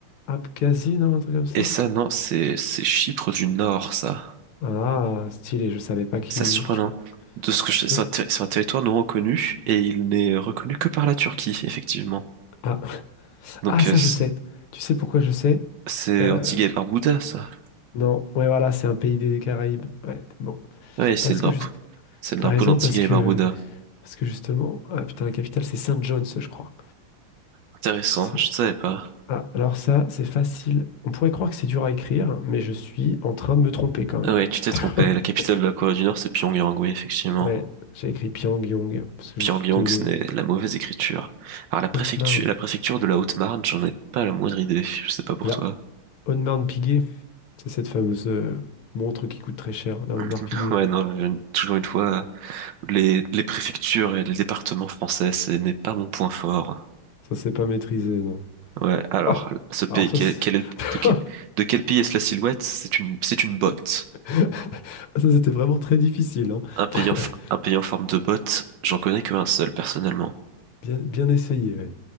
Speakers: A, on the left; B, on the right.
A: Abkhazie, non, un truc comme ça?
B: Et ça, non, c'est, c'est Chypre du Nord, ça.
A: Ah, stylé, je savais pas qui.
B: C'est surprenant.
A: je-
B: De ce que je
A: je
B: sais,
A: con-
B: c'est un, ter- c'est un territoire non reconnu et il n'est reconnu que par la Turquie, effectivement.
A: Ah,
B: Donc,
A: ah, ça
B: euh,
A: je sais. Tu sais pourquoi je sais?
B: C'est
A: Euh,
B: Antigua et Barbuda, ça.
A: Non, ouais, voilà, c'est un pays des Caraïbes. Ouais, bon,
B: Oui, c'est
A: parce
B: le drapeau.
A: que juste,
B: C'est le
A: t'as
B: drapeau
A: raison,
B: d'Antigua
A: parce que,
B: et Barbuda.
A: parce que justement, ah, putain, la capitale, c'est Saint John's, je crois.
B: Intéressant,
A: C'est,
B: je ne savais pas.
A: ah, alors ça, c'est facile. On pourrait croire que c'est dur à écrire, mais je suis en train de me tromper quand même.
B: Ah ouais, tu t'es trompé.
A: <laughs>
B: La capitale de la Corée du Nord, c'est Pyongyang, oui, effectivement.
A: Ouais, j'ai écrit Pyongyang parce que
B: Pyongyang,
A: je suis tevé.
B: ce n'est la mauvaise écriture. Alors, la préfecture,
A: Haute-Marne,
B: la préfecture de la Haute-Marne, j'en ai pas la moindre idée. Je sais pas pour
A: c'est la
B: toi.
A: Haute-Marne-Piguet. C'est cette fameuse euh, montre qui coûte très cher, la Audemars
B: <laughs>
A: Piguet.
B: Ouais, non, je- toujours une fois, les, les préfectures et les départements français, ce n'est pas mon point fort.
A: Ça, c'est pas maîtrisé, non.
B: Ouais, alors,
A: Oh,
B: ce pays,
A: alors ça,
B: quel,
A: c'est...
B: quel est le-
A: <laughs>
B: de, quel, de quel pays est-ce la silhouette? C'est une, c'est une botte.
A: <laughs> Ça, c'était vraiment très difficile, hein.
B: Un pays
A: <laughs>
B: en, f- un pays en forme de botte, j'en connais que un seul personnellement.
A: Bien, bien essayé, ouais.